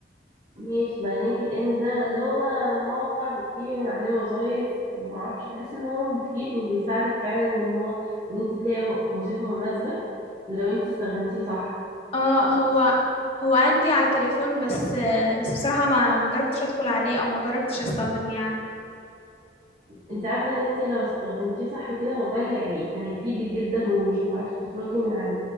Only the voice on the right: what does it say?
ماشي ما لينكد ان ده اللي هو موقع بتجيبي من عليه وظايف ومعرفش بحس ان هو مفيد وبيساعدك فعلا ان هو ان انت تلاقي وظيفه مناسبه لو انت استخدمتيه صح
انت عارفه ان انت لو استخدمتيه صح وكده والله هي... هيفيدك جدا ومش هتعرفي تخرجي من عليه